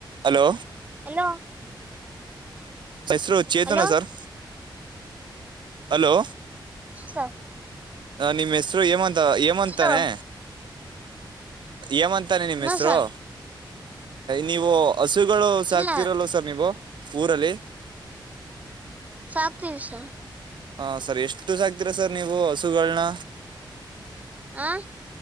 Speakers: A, on the right; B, on the right.
A: Hello
B: hello
A: ಹೆಸರು Chetana
B: hello
A: sir hello
B: ಹಸ
A: ನಿಮ್ಮ್ ಹೆಸರು ಏಮಂತ ಏಮಂತಾನೆ
B: ಹಲೋ
A: ಏಮಂತ ತಾನೆ ನಿಮ್ಮ
B: ನೋ
A: ಹೆಸರು
B: ಸ
A: ನೀವು ಹಸುಗಳು ಸಾಕ್ತಿರಲ್ಲ
B: ಇಲ್ಲ
A: ಸರ್ ನೀವು ಊರಲ್ಲಿ
B: ಸಾಪ್ ದಿವ್ಸ
A: ಹಾ ಸರ್ ಎಷ್ಟು ಸಾಕ್ತೀರಾ ಸರ್ ನೀವು ಹಸುಗಳನ
B: ಆ